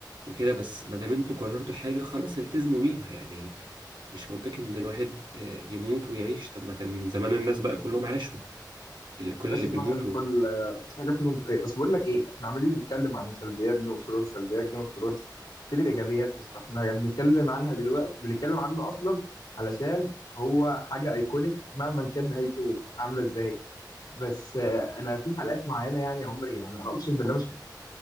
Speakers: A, on the right (about 80°); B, on the left (about 65°).
A: وكده بس ما دام انتوا قررتوا حاجة خلاص التزموا بيها يعني مش منطقي ان الواحد آه، يموت ويعيش طب ما كان زمان الناس بقى كلهم عاشوا اللي كل
B: يعني بس
A: اللي
B: صراحه
A: بيموتوا
B: الكل آه، مفيش حاجه فيه منطقيه بس بقول لك ايه احنا عمالين نتكلم عن سلبيات جيم اوف ثرونز سلبيات جيم اوف ثرونز فين الايجابيات بس احنا بنتكلم عنها دلوقتي بنتكلم عنه اصلا علشان هو حاجه ايكونيك مهما كان نهايته عامله ازاي بس آه، انا في حلقات معينه يعني عمري يعني انا اقسم بالله مش